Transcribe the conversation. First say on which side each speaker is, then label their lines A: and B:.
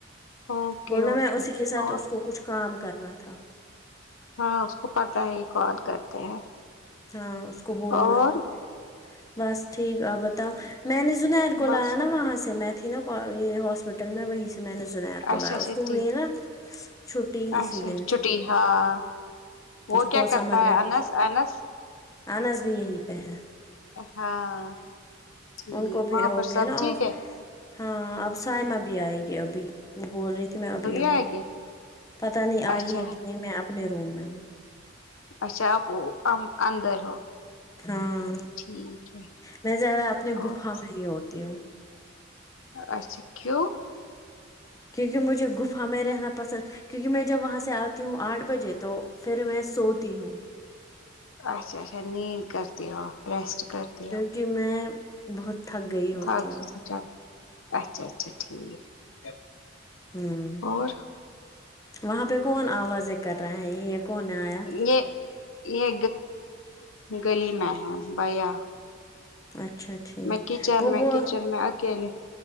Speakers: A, on the left (about 85°); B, on the left (about 15°).
A: اوکے
B: بولنا
A: اوکے
B: میں اسی کے ساتھ
A: اور
B: اس کو کچھ کام کرنا تھا
A: ہاں اس کو پتہ ہے یہ کال کرتے ہیں
B: ہاں اس کو بولنا
A: اور
B: تھا بس ٹھیک آپ بتاؤ میں نے زنید کو
A: بس
B: لایا نا وہاں سے میں تھی نا یہ ہاسپٹل میں وہی سے میں نے سنا ہے کول
A: اچھا
B: ایا
A: اچھا
B: اس کو
A: ٹھیک
B: وہ نا چھٹی
A: اچھا
B: اسی لیے
A: چھٹی ہاں وہ
B: اس
A: کیا
B: کو
A: کرتا
B: سمر
A: ہے
B: ویکیشن
A: انس انس
B: انس بھی یہی پہ ہے
A: ہاں ٹھیک
B: ان کو بھی
A: وہاں
B: ہو
A: پر
B: گیا
A: سب
B: نا
A: ٹھیک
B: اف
A: ہے
B: ہاں اب سائمہ بھی آئے گی ابھی وہ بول رہی تھی میں ابھی آؤں
A: آئے گے
B: پتا نہیں آئی
A: اچھا
B: ہے کہ نہیں میں اپنے روم میں ہوں
A: اچھا آپ ان اندر ہو
B: ہاں
A: ٹھیک ہے
B: میں زیادہ اپنے
A: اور
B: گفا میں ہی ہوتی ہوں
A: اچھا کیوں
B: کیونکہ مجھے گفا میں رہنا پسند کیونکہ میں جب وہاں سے آتی ہوں آٹھ بج جے تو پھر میں سوتی ہوں
A: اچھا اچھا نیند کرتے ہو ریسٹ کرتے ہو
B: کہ میں بہت تھک گئی ہوتی
A: تھک
B: ہوں
A: چل اچھا اچھا ٹھیک
B: ہوں
A: اور
B: وہاں پہ کون آوازیں کر رہا ہیں یہ کون آیا
A: یہ یہ گلی میں ہے بھیا
B: اچھا ٹھیک
A: میں کچن
B: وہ
A: میں
B: وہ
A: کچن میں اکیلے